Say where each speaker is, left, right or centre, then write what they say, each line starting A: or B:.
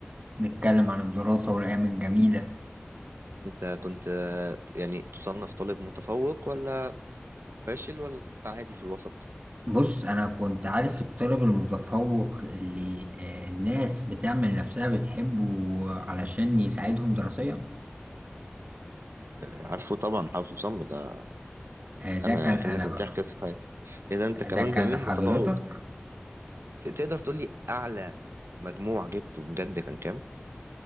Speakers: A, on the right; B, on the right.
A: نتكلم عن الدراسه والايام الجميله
B: انت كنت أه، يعني تصنف طالب متفوق ولا فاشل ولا عادي في الوسط؟
A: بص انا كنت عارف الطالب المتفوق اللي آه، الناس بتعمل نفسها بتحبه علشان يساعدهم دراسيا
B: أه، عارفه طبعا حافظه صم ده
A: آه، ده
B: انا
A: كان
B: كأنك
A: انا بقى
B: بتحكي قصة حياتي اذا انت كمان
A: ده كان
B: زميل
A: حضرتك
B: متفوق ت- تقدر تقول لي اعلى مجموع جبته بجد كان كام؟